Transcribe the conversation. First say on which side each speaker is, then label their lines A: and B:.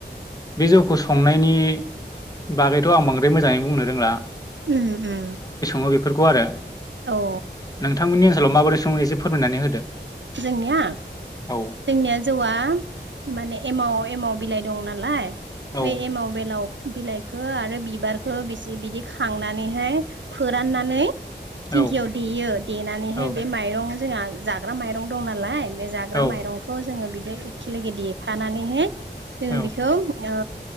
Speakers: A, on the left; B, on the right.
A: बे जौखौ संनायनि बागैथ' आं बांद्राय मोजाङै बुंनो रोंला
B: उम उम।
A: अबेफोरखौ आरो
B: औ
A: नोंथांमोननि ओनसोलाव माबोरै सङो एसे फोरमनानै होदो?
B: जोंनिया
A: औ
B: जोंनिया जौआ माने एमाव एमाव बिलाइ दं नालाय
A: औ
B: बे एमाव बेलाव बिलाइखौ आरो बिबारखौ बिसे बिदि खांनानैहाय फोराननानै थिंखियाव
A: औ
B: देयो देनानैहाय
A: औ
B: बे माइरंआव जोंहा जाग्रा माइरं दं नालाय बे जाग्रा
A: औ
B: माइरंखौ जोङो बिदि एखे लोगोगे देफानानैहाय जोङो
A: औ
B: बेखौ ओ